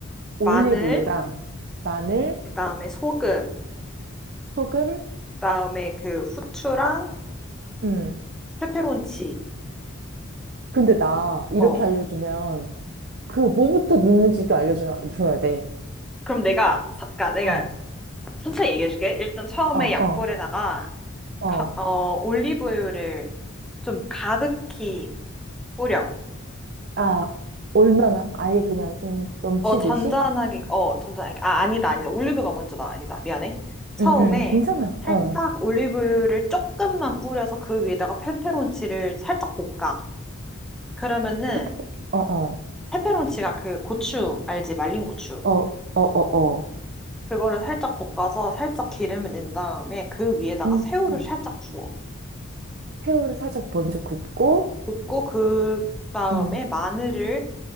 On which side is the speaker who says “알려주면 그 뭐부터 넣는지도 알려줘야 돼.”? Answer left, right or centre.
Right